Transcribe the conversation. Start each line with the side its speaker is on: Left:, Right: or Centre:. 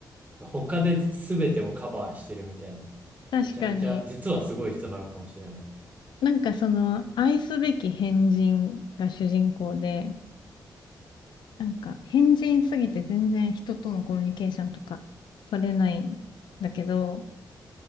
Right: 他で全てをカバーしてるみたいな。
Left: 確かに。
Right: めちゃめちゃ、実はすごい人なのかもしれない。<laughs>
Left: なんかその愛すべき変人が主人公で、なんか、変人すぎて全然人とのコミュニケーションとか取れないんだけど、